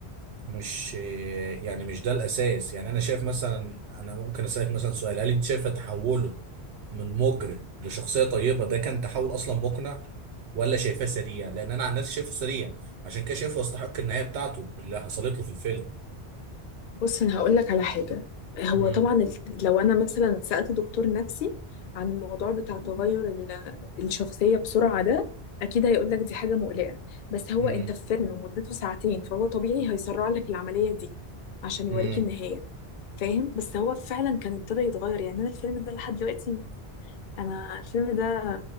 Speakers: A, on the right; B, on the left.
A: مش آه، يعني مش ده الاساس يعني انا شايف مثلا انا ممكن اسالك مثلا سؤال هل انت شايفه تحوله من مجرم لشخصيه طيبه ده كان تحول اصلا مقنع ولا شايفاه سريع لان انا عن نفسي شايفه سريع عشان كده شايفه يستحق النهايه بتاعته اللي حصلت له في الفيلم
B: بص انا هقول لك على حاجه هو
A: امم
B: طبعا ال- لو انا مثلا سالت دكتور نفسي عن الموضوع بتاع تغير ال- الشخصيه بسرعه ده اكيد هيقول لك دي حاجه مقلقه بس هو
A: امم
B: انت في فيلم مدته ساعتين فهو طبيعي هيسرع لك العمليه دي عشان يوريك
A: امم
B: النهايه فاهم بس هو فعلا كان ابتدى يتغير يعني انا الفيلم ده لحد دلوقتي انا الفيلم ده